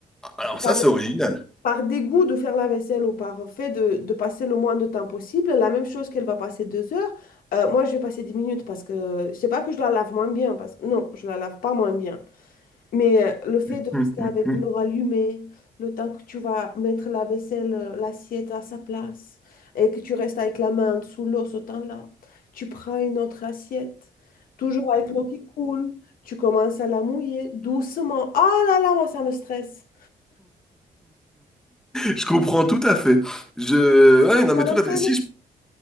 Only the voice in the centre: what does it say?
Alors
ça, c'est original.
<laughs>
Je comprends tout à fait. Je... Ouais,
non,
mais tout
à fait. Si je